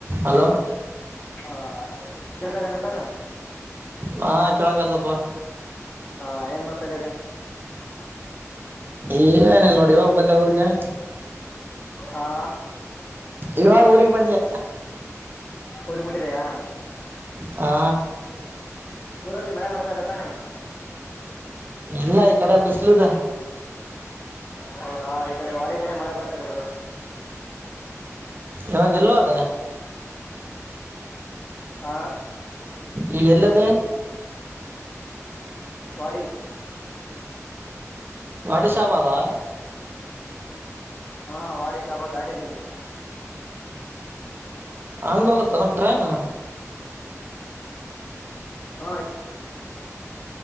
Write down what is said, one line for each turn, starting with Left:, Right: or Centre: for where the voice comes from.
Right: hello
Left: ಹಾ ಕೇಳ್ತ ಇದನೆಸ
Right: ಹಾ ಕೇಳಕ್ತಪ್ಪ
Left: ಹಾ ಏನ್ ಮಾಡ್ತಗದ
Right: ಈ ಏನ ನೋಡಿ ಹೋಗ್ ಬಂದೆ ಊರಿಗೆ
Left: ಹಾ
Right: ಇವಾಗ ಊರಿಗೆ ಬಂದೆ
Left: ಊರಿಗ್ ಮುಟ್ಟಿದೆಯಾ
Right: ಹಾ
Left: ಊರಲ್ಲಿ ಮಳೆ ಬರ್ತಾದೆ ತಾನೆ
Right: ಇಲ್ಲ ಈ ಕಡೆ ಬಿಸ್ಲಿದೆ
Left: ಹೌದಾ ಈ ಕಡೆ ವಾಡ ಕಡೆ ಮಳೆ ಬರ್ತಾ ಇದೆ ಗರು
Right: ಇವಾಗ ಎಲ್ಲ ಹೋದೆ
Left: ಹಾ
Right: ಈಗ ಎಲದೇ
Left: ಪಡಿ
Right: ವಾಡಿಶ ಅಗ್ಬೋದ
Left: ಹಾ ವಾಡಿ ಶಾಬ ದಾಟಿದ್ದೀನ
Right: ಹಂಗ ಹೋಗುತ್ತದ ಟ್ರೈನ್
Left: ಹಾ